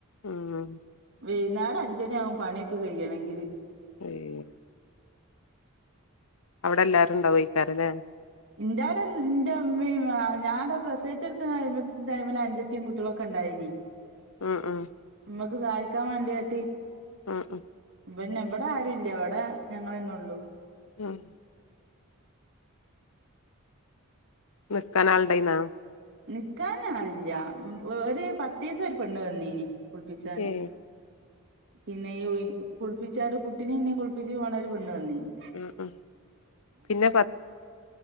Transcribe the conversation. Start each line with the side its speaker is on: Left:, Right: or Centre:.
Left: ഉം
Right: വൈകുന്നേരം അഞ്ചണി ആകും പണിയൊ ക്കെ കഴ്യണെങ്കില്
Left: ഏയ് അവിടെ എല്ലാരും ഉണ്ടാവോക്കാറല്ലേ
Right: എന്റെടെന്റെ ഇമ്മിം ഞാട പ്രസയിച്ച കെടക്കുന്ന ടൈമിൽ അഞ്ചത്തിയും കുട്ടികളൊക്കെ ഉണ്ടായിനി.
Left: ഉ ഉം
Right: ഉമ്മക്ക് സഹായിക്കാൻക വേണ്ടി യാട്ട്
Left: ഉ ഉം
Right: പിന്നെ ഇവിടെ ആരു ഇല്ല ഇവിടെ ഞങ്ങളെന്നെ ഉള്ളൂ.
Left: ഉം നിൽക്കാൻ ആളുണ്ടായിന്നോ?
Right: നിക്കാൻ ആളില്ല ഒരു പത്ത് ദിവസം ഒരു പെണ് വന്നീനി കുളിപ്പിച്ചാന്
Left: ഏയ്
Right: പിന്നെ ഈ ഉഴി കുളിപ്പിച്ചാട് കുട്ടിനെ ഇന്നിം കുളിപ്പിച്ച് പോവ്ണ പെണ് വന്നിനി
Left: ഉ ഉ പിന്നെ പ